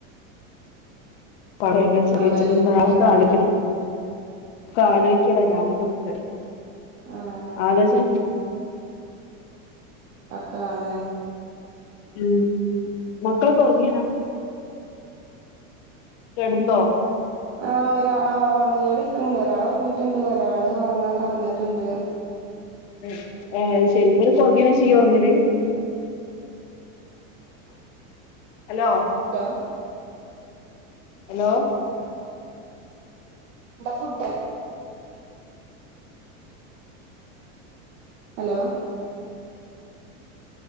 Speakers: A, on the left; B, on the right.
A: പടവങ്ങ ച് രി
B: അതാണ്
A: ച് രി ണ്ടാഹ് താളിക്കണം ഒക്കെ ആലോയിക്കണം. രാവിൽത്തൊക്കെ.
B: ആഹ്
A: ആലൊയ്ചണം.
B: കാളെ
A: ഉം. മക്കളൊക്കെ ഒർങ്ങിയതാ? കെട്ന്നോ?
B: ആ. ഒരാ.. ആ. ഒർങ്ങിയോട് ക്ക്‌ണ്ട്. ഒരാൾ ഒർങ്ങിട്ടുണ്ട്. ഒരാള് ഒർങ്ങാൻ കട്ന്ന്ട്ട്ണ്ട്.
A: ഏ. അഹ് ശരി. ഇവരൊക്കെ ഒർങ്ങീനേഷ ഇയ്യ് ഒർങ്ങല്? ഹലോ.
B: Hello
A: hello.
B: എന്ത ഫുഡ്. ഹലോ.